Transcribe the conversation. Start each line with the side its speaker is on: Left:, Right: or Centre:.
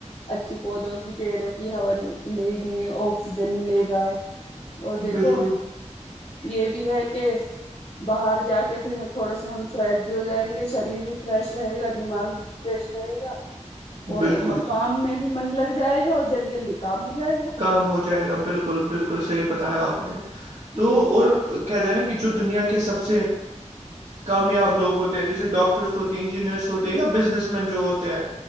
Left: اچھی پودوں کی پیڑوں کی ہا لیں گی آکسیجن ملے گا اور دیکھو
Right: بالکل
Left: یہ بھی ہے کہ باہر جا کے پھر ہم تھوڑے سے ہم فریش بھی ہو جائیں گے شریر بھی فریش رہے گا دماغ سدیش رہے گا اور
Right: بالکل
Left: مقام میں بھی من لگ جائے گا اور جلدی جلدی کام ہو جائے گا
Right: کام ہو جائے گا بالکل بالکل صحیح بتایا آپ نے تو
Left: جی
Right: اور کہتے ہیں نا کہ جو دنیا کے سب سے کامیاب لوگ ہوتے ہیں جیسے ڈاکٹرس ہوتے ہیں انجینئرس ہوتے ہیں یا بزنس مین جو ہو ہیں